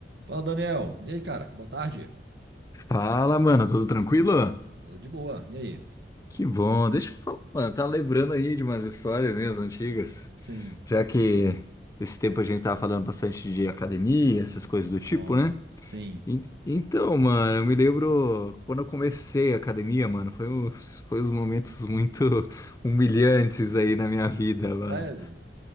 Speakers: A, on the right; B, on the left.
A: Fala, Daniel. E aí, cara? Boa tarde.
B: Fala, mano, tudo tranquilo?
A: Tudo de boa. E aí?
B: Que bom, deixa eu falar, mano, tá lembrando aí de umas histórias minhas antigas,
A: Sim.
B: já que esse tempo a gente tava falando bastante de academia, essas coisas do tipo,
A: Ó,
B: né?
A: sim.
B: E- Então, mano, eu me lembro quando eu comecei a academia, mano, foi uns, foi uns momentos muito <laughs> humilhantes aí na minha vida, mano.
A: Sério?